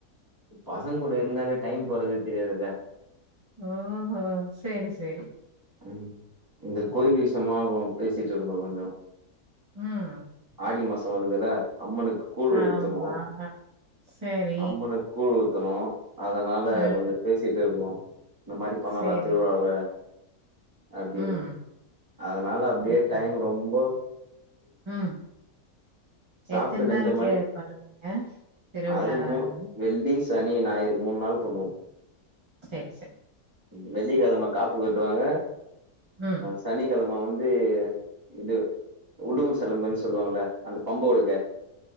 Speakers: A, on the right (about 15°); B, on the right (about 35°).
A: பசங் கூட இருந்தாலே டைம் போறதே தெரியாதுல்ல
B: ஓஹோ சேரி சேரி
A: ம் இந்தக் கோயில் விஷ்யமா ஒ பேசிட்டு இருந்தோ கொஞ்சோ
B: ம்
A: ஆடி மாசோ வருதுல அம்மனுக்கு கூழ் ஊத்தணு
B: ஆமா. சரி.
A: அம்மனுக் கூழ் ஊத்தணு அதனால
B: அ
A: கொஞ்சோ பேசிட்டுருந்தோ இந்த மாரிப் பண்ணலா
B: சரி.
A: திருவுழாவே அப்டின்னு
B: ம்.
A: அதனால அப்டியே
B: ஓகே.
A: டைம் ரொம்போ
B: ம்
A: சாப்ட்டு
B: எத்தன் நாளைக்கே
A: ரெண்டு மணி
B: பண்ணுவீங்க திருவிழாவே
A: அது மூ வெள்ளி சனி ஞாயிறு மூன் நாள் பண்ணுவோ
B: சேர் சே
A: ம் வெள்ளிகெழம காப்பு கட்டுவாங்க
B: ம்
A: சனிகெழம வந்து இது உடும்பு செலம்புனு சொல்லுவாங்கள அந்த பம்ப ஒடுக்க